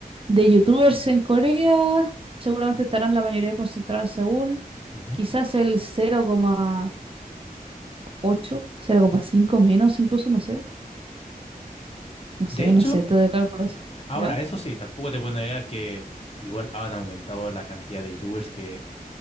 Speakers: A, on the right; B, on the left.
A: de youtubers en Corea, seguramente estarán la mayoría concentrados en Seúl,
B: Ujú.
A: quizás el cero cero coma ocho cero coma cinco menos incluso, no sé, no sé,
B: De hecho,
A: no sé, todo de cálculos,
B: Ahora,
A: ¿ya?
B: eso sí, tampoco te puedo negar que igual han aumentado la cantidad de youtubers que